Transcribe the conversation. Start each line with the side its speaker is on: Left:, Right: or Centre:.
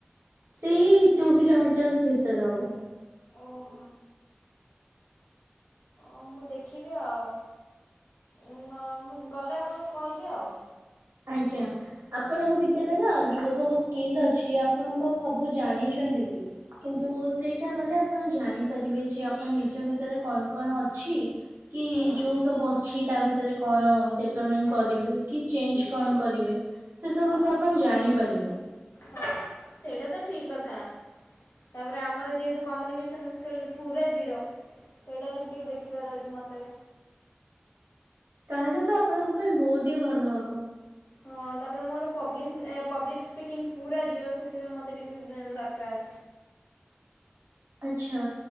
Right: ସେଇ ଟୁ କିଲୋମିଟର୍ସ ଭିତରେ ହବ।
Left: ଓହୋ ହଁ ମୁଁ ଦେଖିବି ଆଉ ନ ମୁଁ ଗଲେ ଆପଣଙ୍କୁ କହିବି ଆଉ।
Right: ଆଜ୍ଞା। ଆପଣଙ୍କ ଭିତରେ ନା ଯୋଉ ସବୁ ସ୍କିଲ୍ ଅଛି ଆପଣଙ୍କ ସବୁ ଜାଣିଛନ୍ତି କି? କିନ୍ତୁ ସେଇଟା କଲେ ଆପଣ ଜାଣିପାରିବେ ଯେ ଆପଣ ନିଜ ଭିତରେ କଣ କଣ ଅଛି। କି
Left: ହଁ
Right: ଯୋଉ ସବୁ ଅଛି ତା ଭିତରେ କଣ ଡେଭଲମେଣ୍ଟ କରିବେ କି ଚେଞ୍ଜ କଣ କରିବେ ସେ ସବୁ
Left: ହଁ
Right: ବିଷୟ ଆପଣ ଜାଣିପାରିବେ।
Left: ହଁ ସେଇଟା ତ ଠିକ କଥା ତାପରେ ଆମର ଯେହେତୁ କମ୍ୟୁନିକେସନ୍ ସ୍କିଲ୍ ପୁରା ଜିରୋ ସେଇଟା ବି ଟିକେ ଦେଖିବାର ଅଛି ମତେ।
Right: ତାହେଲେ ତ ଆପଣଙ୍କ ପାଇଁ ବହୁତ ହି ଭଲ ହବ।
Left: ହଁ ତାପରେ ମୋର ପବ୍ଲିନିଗ୍ ପବ୍ଲିକ୍ ସ୍ପିକିଙ୍ଗ ପୁରା ଜିରୋ ସେଥିପାଇଁ ମତେ ଟିକେ ଦରକାର।
Right: ଆଚ୍ଛା